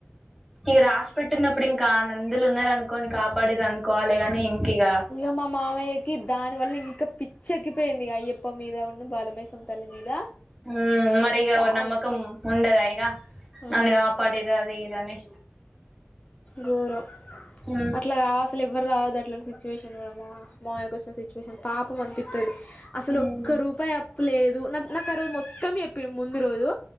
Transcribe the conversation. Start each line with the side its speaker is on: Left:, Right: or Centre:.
Centre: ఇక రాసి పెట్టిన్నప్పుడు ఇంకా నందులున్నారు అనుకోని కాపాడిరు అనుకోవాలి గాని ఇంక ఇగ
Left: ఇగ మా మామయ్యకి దాని వల్ల ఇంకా పిచ్చి ఎక్కిపోయింది అయ్యప్ప మీద ఉన్నూ బాలమయసం తల్లి మీద
Centre: హు మరిగ
Left: బాగా
Centre: నమ్మకం ఉండదా ఇగ
Left: ఆ
Centre: నన్ను కాపాడిరు అది ఇదని
Left: ఘోరం
Centre: హు
Left: అట్లా అసలు ఏవ్వర్ రావొద్దు అట్లాంటి సిచ్యువేషన్ కూడా మా మావయ్యకోచ్చిన సిచువేషన్ పాపం అనిపిత్తది అసలు
Centre: ఉమ్
Left: ఒక్క రూపాయి అప్పులేదు నాక్ నాకు ఆ రోజు మొత్తం చెప్పింరూ ముందు రోజు